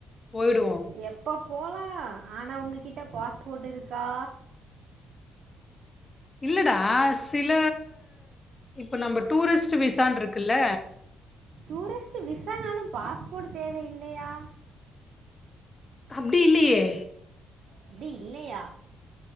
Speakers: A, on the left; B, on the right.
A: போயிடுவோம்
B: எப்ப போலா ஆனா உங்கி கிட்ட பாஸ்போட் இருக்கா
A: இல்லடா சில இப்ப நம்ப டூரிஸ்ட் விசான் இருக்குல்ல
B: டூரிஸ்ட் விசானாலு பாஸ்போட் தேவை இல்லையா
A: அப்டி இல்லியே
B: அப்டி இல்லையா